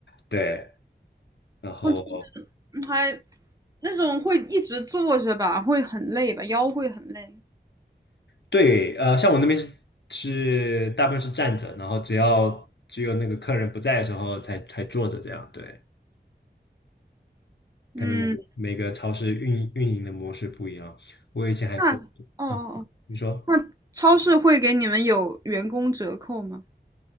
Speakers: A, on the left (about 75°); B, on the right (about 20°).
A: 对。然后
B: 哦，就是嗯还那种会一直坐着吧，会很累吧，腰会很累。
A: 对，呃，像我那边是是大部分是站着，然后只要只有那个客人不在的时候才才坐着这样。对，
B: 嗯，
A: 可能每个每个超市运运营的模式不一样。我以前还做，
B: 那哦哦哦，
A: 嗯，你说，
B: 那超市会给你们有员工折扣吗？